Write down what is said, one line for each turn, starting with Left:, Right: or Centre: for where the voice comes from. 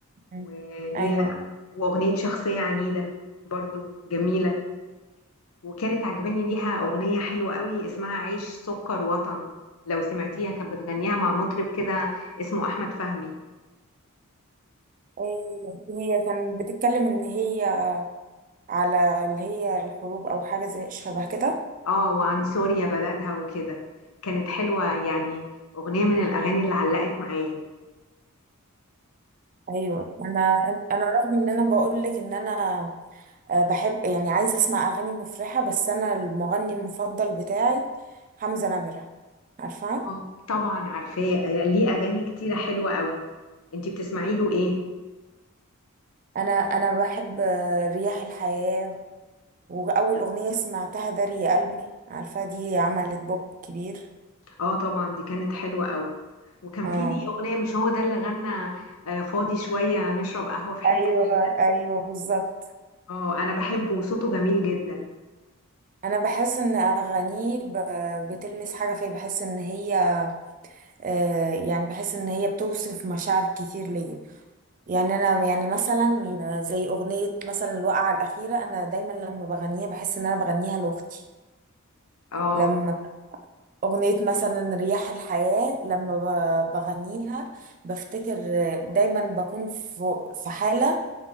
Right: مم.
Left: وليها
Right: أيوة
Left: واغنيه شخصيه عنيده برضو جميله وكانت عجباني ليها اغنيه حلوه قوي اسمها عيش سكر وطن لو سمعتيها كانت بتغنيها مع مطرب كده اسمه احمد فهمي
Right: آه، هي كانت بتتكلم إن هي على اللي هي الحروب أو حاجة زي شبه كده
Left: اه وعن سوريا بلدها وكده كانت حلوه يعني اغنيه من الاغاني اللي علقت معايا
Right: أيوة أنا أنا رغم إن أنا بقولك إن أنا آه، بحب يعني عايزة أسمع أغاني مفرحة بس أنا المغني المفضل بتاعي حمزة نمرة عارفة
Left: آه، طبعا عارفاه آه، ليه اغاني كتيره حلوه قوي انتي بتسمعي له ايه
Right: أنا أنا بحب آه، رياح الحياة واول اغنيه سمعتها داري يا قلبي عارفه دي عملت بوب كبير
Left: اه طبعا دي كانت حلوة قوي وكان
Right: اه
Left: في دي أغنية مش هو ده اللي غنى آه، فاضي شوية نشرب قهوة في حتة
Right: ايوه
Left: بعيدة
Right: ايوه بالظبط
Left: اه أنا بحبه وصوته جميل جدا
Right: انا بحس ان اغانيه ب- بتلمس حاجه فيا بحس ان هي آه يعني بحس ان هي بتوصف مشاعر كتير ليا يعني انا يعني مثلا زي اغنيه مثلا الوقعه الاخيره انا دايما لما بغنيها بحس ان انا بغنيها لاختي
Left: اه
Right: لما اغنيه مثلا رياح الحياه لما ب- بغنيها بفتكر دايما بكون في في حاله